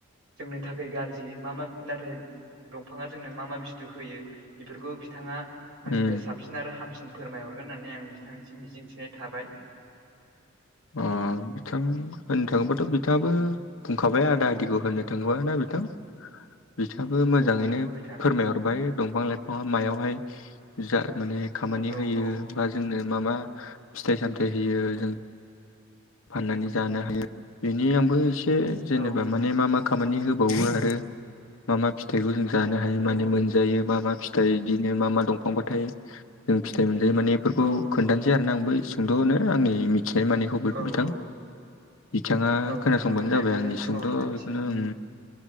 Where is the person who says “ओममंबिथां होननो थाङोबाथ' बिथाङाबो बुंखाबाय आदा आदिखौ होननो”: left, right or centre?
Left